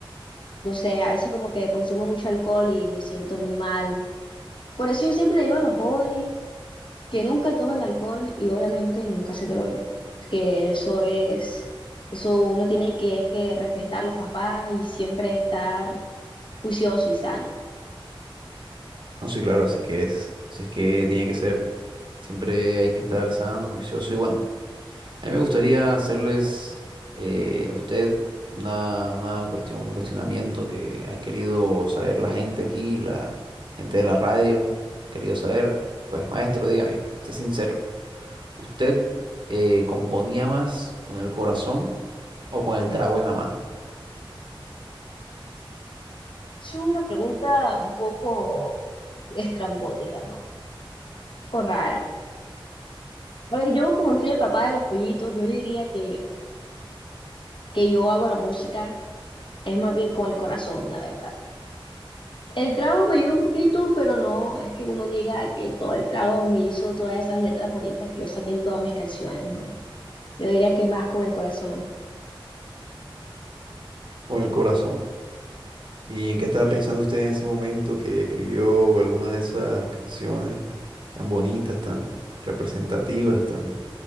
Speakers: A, on the left; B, on the right.
A: no sé, a veces como que consumo mucho alcohol y me siento muy mal. Por eso yo siempre le digo a los jóvenes que nunca tomen alcohol y obviamente nunca se droguen, que eso es, eso uno tiene que, es que respetar a los papás y siempre estar juicioso y sano.
B: No, sí, claro, así es que es, así es que tiene que ser. Siempre hay que estar sano, juicioso. Y bueno, a mí me gustaría hacerles eh, a usted una, una cuestión, un cuestionamiento que ha querido saber la gente aquí, la gente de la radio, querido saber. Pues maestro, dígame, sea sincero, ¿usted eh, componía más con el corazón o con el trago en la mano?
A: Es una pregunta un poco estrambótica, ¿no? Un poco rara. A ver, yo como soy el papá de los pollitos, yo diría que, que yo hago la música, es más bien con el corazón, la verdad. El trago me ayuda un poquito, pero no es que uno diga que todo el trago me hizo todas esas letras bonitas que yo saqué en todas mis canciones, ¿no? Yo diría que más con el corazón.
B: Con el corazón. ¿Y en qué estaba
A: Sí,
B: pensando usted en ese momento que escribió alguna de esas canciones tan bonitas, tan representativas, tan